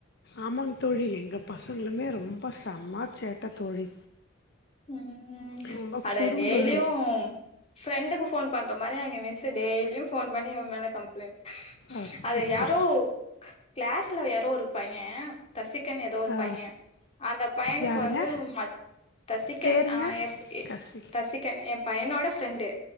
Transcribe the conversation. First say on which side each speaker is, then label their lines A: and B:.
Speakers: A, on the left (about 55°); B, on the left (about 30°).
A: ஆமாங்க தோழி எங்க பசங்களுமே ரொம் அப்பா செமா சேட்ட தோழி
B: ம்
A: ரொம்ப
B: அட
A: குறும்பு
B: டெய்லியு ஃப்ரெண்டுக்கு ஃபோன் பண்ற மாரி அவிங்க மிஸ்ஸு டெய்லியு ஃபோன் பண்ணி இவன் மேல கம்ப்ளைண்ட்
A: அச்சச்சோ
B: அது யாரோ கிளாஸ்ல யாரோ ஒரு பையன் தசிக் க்கன் ஏதோ ஒரு
A: ஆ
B: பையன் அந்த பையனுக்கு
A: யாருங்க
B: வந்து ம தசிகன்
A: பேருங்க
B: ஆ எஸ்
A: கசி
B: தசிகன் ஏன் பையனோட ஃபிரண்டு